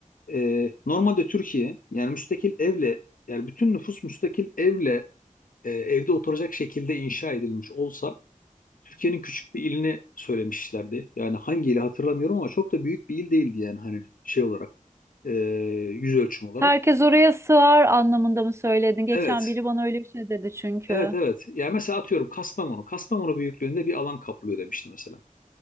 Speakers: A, on the left; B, on the right.
A: E, normalde Türkiye yani müstakil evle yani bütün nüfus müstakil evle e, evde oturacak şekilde inşa edilmiş olsa Türkiye'nin küçük bir ilini söylemişlerdi. Yani hangi ili hatırlamıyorum ama çok da büyük bir il değildi yani hani şey olarak e, yüz ölçüm olarak.
B: Herkes oraya sığar anlamında mı söyledin? Geçen
A: Evet
B: biri bana öyle bir şey dedi çünkü.
A: Evet evet. Yani mesela atıyorum Kastamonu. Kastamonu büyüklüğünde bir alan kaplıyor demişti mesela.